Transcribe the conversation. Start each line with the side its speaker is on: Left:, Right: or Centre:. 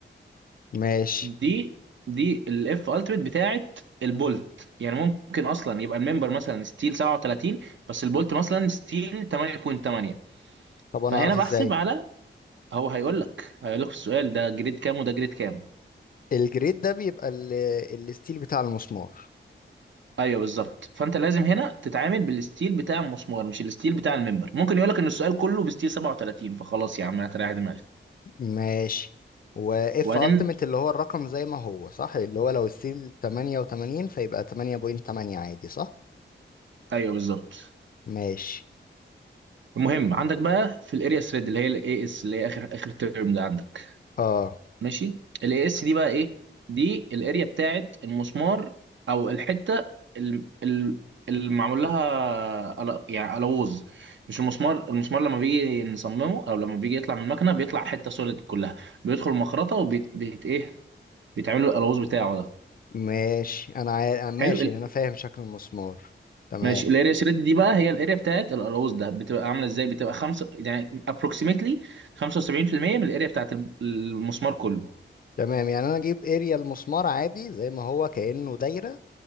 Left: ماشي
Right: دي دي الاف التيميت بتاعت البولت يعني ممكن اصلا يبقى الممبر مثلا ستيل 37 بس البولت مثلا ستيل 8.8
Left: طب انا
Right: فهنا
Left: اعرف
Right: بحسب
Left: ازاي
Right: على هو هيقول لك هيقول لك في السؤال ده جريد كام وده جريد كام
Left: الجريد ده بيبقى ال- الستيل بتاع المسمار
Right: ايوه بالظبط فانت لازم هنا تتعامل بالستيل بتاع المسمار مش الستيل بتاع الممبر ممكن يقول لك ان السؤال كله بستيل 37 فخلاص يا عم هتريح دماغك
Left: ماشي واف
Right: وبعدين
Left: التيميت اللي هو الرقم زي ما هو صح اللي هو لو الستيل 88 فيبقى 8.8 عادي صح
Right: ايوه بالظبط
Left: ماشي
Right: المهم عندك بقى في الاريا ثريد اللي هي الاي اس اللي هي اخر اخر ترم ده عندك
Left: اه
Right: ماشي الاي اس دي بقى ايه دي الاريا بتاعت المسمار او الحته ال- ال- اللي معمول لها ألا- يعني الوز مش المسمار المسمار لما بيجي نصممه او لما بيجي يطلع من المكنه بيطلع حته سوليد كلها بيدخل المخرطه وبيت بيت ايه بيتعمل له الالوز بتاعه ده
Left: ماشي انا عا... ماشي
Right: حلو ال-
Left: انا فاهم شكل المسمار تمام
Right: ماشي الاريا شريد دي بقى هي الاريا بتاعت الالوز ده بتبقى عامله ازاي بتبقى خمسة يعني ابروكسيمتلي 75% من الاريا بتاعت المسمار كله
Left: تمام يعني انا اجيب اريا المسمار عادي زي ما هو كأنه دايرة